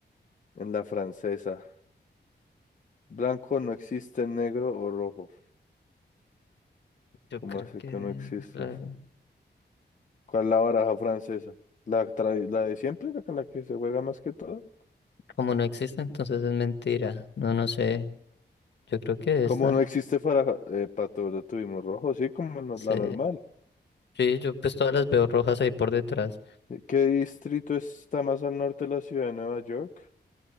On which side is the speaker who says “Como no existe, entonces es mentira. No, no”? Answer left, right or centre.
Left